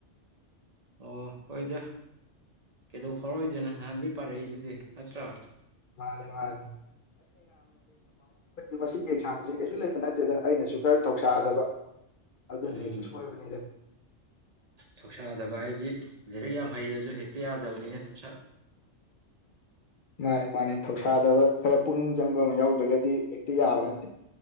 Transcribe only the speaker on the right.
ꯑꯣ ꯍꯣꯏꯗ ꯀꯩꯗꯧ ꯐꯥꯎꯔꯣꯏꯗꯣꯏꯅ ꯅꯍꯥꯟꯗꯒꯩ ꯄꯥꯔꯛꯏꯁꯤꯗꯤ ꯅꯠꯇ꯭ꯔꯣ
ꯎꯝ
ꯊꯧꯁꯥꯗꯕ ꯍꯥꯏꯁꯤ ꯂꯥꯏꯔꯤꯛ ꯌꯥꯝ ꯍꯩꯔꯁꯨ ꯍꯦꯛꯇ ꯌꯥꯗꯕꯅꯤꯅꯦ ꯊꯧꯁꯥ